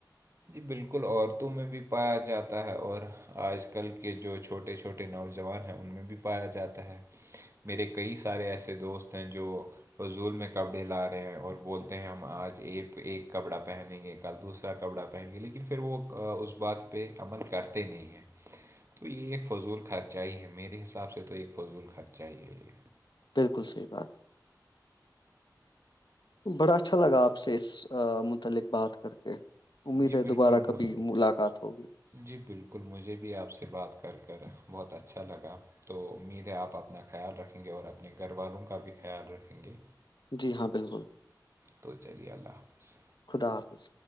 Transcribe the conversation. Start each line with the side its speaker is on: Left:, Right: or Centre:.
Right: جی بالکل عورتوں میں بھی پایا جاتا ہے اور آج کل کے جو چھوٹے چھوٹے نوجوان ہیں ان میں بھی پایا جاتا ہے میرے کئی سارے ایسے دوست ہیں جو فضول میں کپڑے لا رہے ہیں اور بولتے ہیں ہم آج ایک ایک کپڑا پہنیں گے کل دوسرا کپڑا پائیں گے لیکن پھر وہ اس بات پہ عمل کرتے نہیں ہیں تو یہ ایک فضول خرچہ ہی ہے میرے حساب سے تو ایک فضول خرچہ ہی ہے یہ
Left: بالکل صحیح بات بڑا اچھا لگا آپ سے اس متعلق بات کر کے امید
Right: جی
Left: ہے
Right: بالکل
Left: دوبارہ کبھی ملاقات ہوگی
Right: جی بالکل مجھے بھی آپ سے بات کر کر بہت اچھا لگا تو امید ہے آپ اپنا خیال رکھیں یں گے اور اپنے گھر والوں کا بھی خیال رکھیں گے
Left: جی ہاں بالکل
Right: تو چلیے اللہ حافظ
Left: خدا حافظ